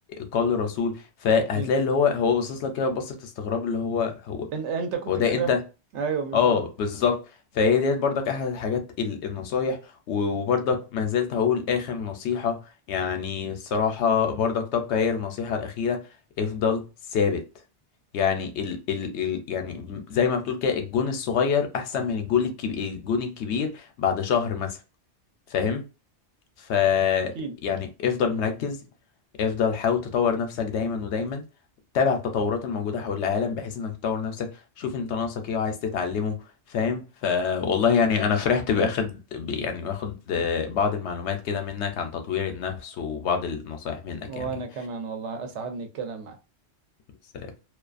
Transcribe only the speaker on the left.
قول الرسول فهتلاقي
اللي هو هو باصص لك كده بصة استغراب اللي هو هو
هو ده
انت
اه بالظبط فهي ديت برضك احد الحاجات ال- النصايح و- وبرضك ما زلت هقول اخر نصيحة يعني الصراحة برضك تبقى هي النصيحة الاخيرة افضل ثابت يعني ال ال ال يعني زي ما بتقول كده الجون الصغير احسن من الجون الكبير الجون الكبير بعد شهر مثلا فاهم ف
يعني افضل مركز افضل حاول تطور نفسك دايما ودايما تابع التطورات الموجودة حول العالم بحيث انك تطور نفسك شوف انت ناقصك ايه وعايز تتعلمه فاهم فوالله يعني انا فرحت باخد ب- يعني باخد آه، بعض المعلومات كده منك عن تطوير النفس وبعض النصايح منك
يعني
سلام